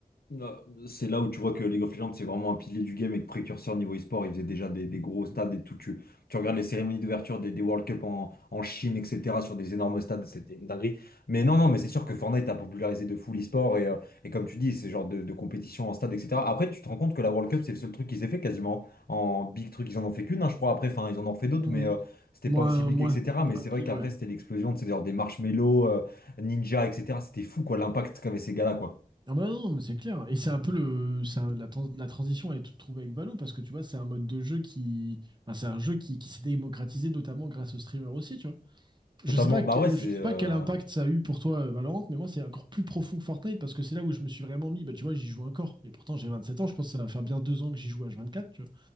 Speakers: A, on the left; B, on the right.
A: Ah, C'est là où tu vois que League of Legends, c'est vraiment un pilier du game et que précurseur niveau e-sport, ils faisaient déjà des, des gros stades et tout. Tu, tu regardes les cérémonies d'ouverture des, des World Cup en, en Chine, etc., sur des énormes stades, c'était une dinguerie. Mais non, non, mais c'est sûr que Fortnite a popularisé de fou l'e-sport et, euh, et comme tu dis, c'est genre de, de compétition en stade, etc. Après, tu te rends compte que la World Cup, c'est le seul truc qu'ils aient fait quasiment. En big truc, ils en ont fait qu'une, hein, je crois. Après, enfin, ils en ont fait d'autres,
B: Mhm.
A: mais euh, c'était
B: Moins,
A: pas aussi big,
B: moins,
A: etc.
B: moins
A: Mais c'est vrai
B: big,
A: qu'après,
B: ouais.
A: c'était l'explosion, de ces genre des marshmallows, euh, ninja, etc. C'était fou, quoi, l'impact qu'avaient ces gars-là, quoi.
B: Ah bah non, mais c'est clair. Et c'est un peu le, c'est un- la, trans- la transition, elle est toute trouvée avec Valo, parce que tu vois, c'est un mode de jeu qui, enfin, c'est un jeu qui, qui s'est démocratisé notamment grâce aux streamers aussi, tu vois. Je
A: Totalement.
B: sais pas, que-
A: Bah ouais, c'est.
B: je sais
A: euh,
B: pas quel impact ça a eu pour toi, euh, Valorant, mais moi, c'est encore plus profond que Fortnite parce que c'est là où je me suis vraiment mis. Bah, tu vois, j'y joue encore. Et pourtant, j'ai 27 ans. Je pense que ça va faire bien deux ans que j'y joue H24, tu vois.